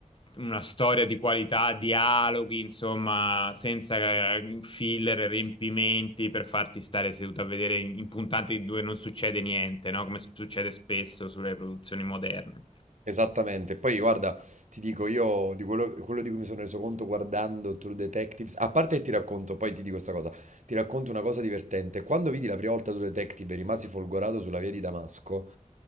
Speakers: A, on the left; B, on the right.
A: una storia di qualità, dialoghi, insomma, senza eh, filler, riempimenti per farti stare seduto a vedere in, in puntate dove non succede niente, no? Come s- succede spesso sulle produzioni moderne.
B: Esattamente. Poi guarda, ti dico io di quello, quello di cui mi sono reso conto guardando True Detectives, a parte che ti racconto, poi ti dico questa cosa, ti racconto una cosa divertente. Quando vidi la prima volta True Detective e rimasi folgorato sulla via di Damasco,